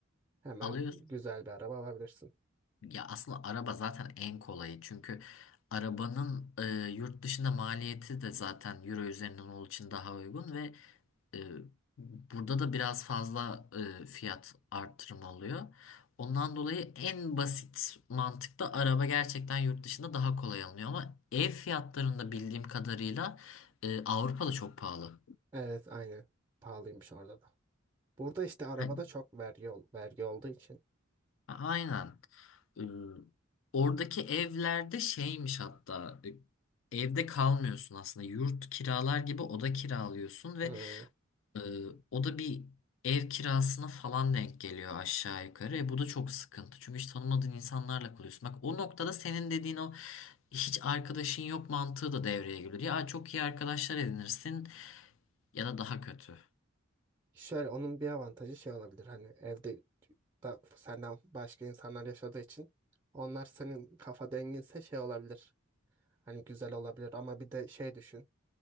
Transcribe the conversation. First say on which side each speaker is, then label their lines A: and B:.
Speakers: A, on the right (about 20°); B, on the left (about 70°).
A: hemen
B: Alıyorsun.
A: güzel bir araba alabilirsin.
B: Ya aslında araba zaten en kolayı. Çünkü arabanın e, yurt dışında maliyeti de zaten euro üzerinden olduğu için daha uygun ve E, burada da biraz fazla e, fiyat artırımı oluyor. Ondan dolayı en basit mantıkta araba gerçekten yurt dışında daha kolay alınıyor ama ev fiyatlarında bildiğim kadarıyla e, Avrupa'da çok pahalı.
A: Evet aynı pahalıymış orada da. Burada işte arabada
B: Hani-
A: çok vergi, ol, vergi olduğu için.
B: Aynen. E, oradaki evlerde şeymiş hatta e, evde kalmıyorsun aslında yurt kiralar gibi oda kiralıyorsun ve
A: hmm,
B: Ee, o da bir ev kirasına falan denk geliyor aşağı yukarı. E, bu da çok sıkıntı. Çünkü hiç tanımadığın insanlarla kalıyorsun. Bak o noktada senin dediğin o hiç arkadaşın yok mantığı da devreye giriyor. Ya çok iyi arkadaşlar edinirsin ya da daha kötü.
A: Şöyle onun bir avantajı şey olabilir hani evde da senden başka insanlar yaşadığı için onlar senin kafa denginse şey olabilir. Hani güzel olabilir ama bir de şey düşün.